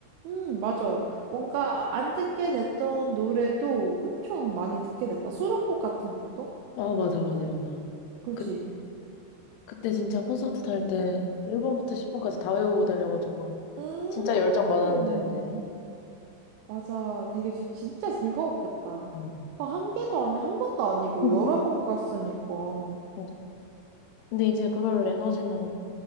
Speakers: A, on the right; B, on the left.
A: 음, 맞아. 뭔가 안 듣게 됐던 노래도 엄청 많이 듣게 된다. 수록곡 같은 것도?
B: 아, 맞아, 맞아, 맞아.
A: 그지?
B: 그, 그때 진짜 콘서트 다닐 때 1번부터 10번까지 다 외우고 다녀가지고
A: 음,
B: 진짜 열정 많았는데, 그때.
A: 맞아. 되게 지- 진짜 즐거웠겠다.
B: 음.
A: 그거 한 개도 아니, 한 번도 아니고
B: 음.
A: 여러 번 갔으니까.
B: 맞아. 근데 이제 그럴 에너지는